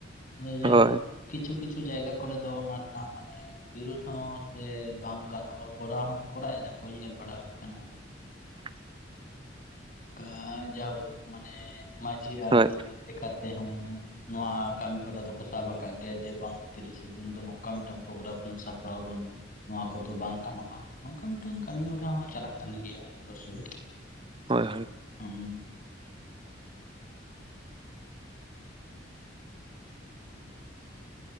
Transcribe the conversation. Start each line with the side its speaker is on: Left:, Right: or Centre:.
Left: ᱟᱫᱚ ᱡᱟᱦᱳᱠ
Right: ᱦᱳᱭ
Left: ᱠᱤᱪᱷᱩ ᱠᱤᱪᱷᱩ ᱡᱟᱭᱜᱟ ᱠᱚᱨᱮ ᱫᱚ ᱚᱱᱟ ᱨᱮᱱᱟᱜ ᱢᱟᱱᱮ ᱵᱤᱨᱩᱫᱽ ᱦᱚᱸ ᱥᱮ ᱵᱟᱝ ᱜᱟᱱᱚᱜᱼᱟ ᱠᱚᱨᱟᱣ ᱦᱚᱸᱠᱚ ᱠᱚᱨᱟᱣ ᱮᱫᱟ ᱠᱚ ᱧᱮᱞ ᱵᱟᱲᱟ ᱦᱩᱭ ᱟᱠᱟᱱᱟ᱾
Right: <inaudible>
Left: ᱟ ᱡᱟᱦᱳᱠ ᱢᱟᱱᱮ ᱢᱟᱺᱡᱷᱤ ᱟᱹᱨᱤ
Right: ᱦᱳᱭ
Left: ᱞᱮᱠᱟ ᱛᱮᱦᱚᱸ ᱱᱚᱣᱟ ᱠᱟᱹᱢᱤ ᱦᱚᱨᱟ ᱫᱚᱠᱚ ᱥᱟᱵ ᱟᱠᱟᱫ ᱜᱮᱭᱟ ᱡᱮ ᱵᱟᱝ ᱛᱤᱨᱤᱥᱮ ᱡᱩᱱ ᱫᱚ ᱱᱚᱝᱠᱟ ᱢᱤᱫᱴᱟᱝ ᱯᱨᱳᱜᱨᱟᱢ ᱵᱚᱱ ᱥᱟᱯᱲᱟᱣ ᱵᱚᱱ ᱱᱚᱣᱟ ᱠᱚᱛᱚ ᱵᱟᱝ ᱜᱟᱱᱚᱜᱼᱟ ᱱᱚᱝᱠᱟ ᱢᱤᱫᱴᱟᱝ ᱠᱟᱹᱢᱤᱦᱚᱨᱟ ᱦᱚᱸ ᱪᱟᱞᱟᱜ ᱠᱟᱱ ᱜᱮᱭᱟ ᱚᱵᱚᱥᱥᱳᱭ
Right: ᱦᱳᱭ ᱦᱳᱭ
Left: ᱦᱩᱸ